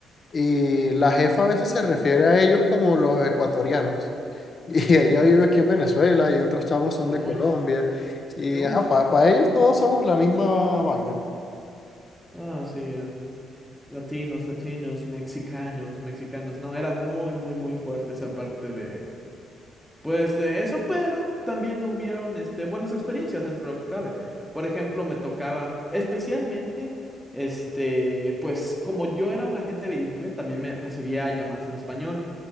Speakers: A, on the left; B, in the centre.
A: y la jefa a veces se refiere a ellos como los ecuatorianos. Y <laughs> ella vive aquí en Venezuela y otros chamos
B: Como,
A: son de Colombia.
B: oye,
A: Y
B: ¿qué onda?
A: ajá, para ellos todos somos la misma vaina.
B: Ah, sí, el- latinos, latinos, mexicanos, mexicanos. No, era muy, muy, muy fuerte esa parte de, Pues de eso, pero también hubieron este, buenas experiencias dentro de lo que cabe. Por ejemplo, me tocaban, especialmente, este, pues como yo era un agente bilingüe, también me recibía llamadas en español.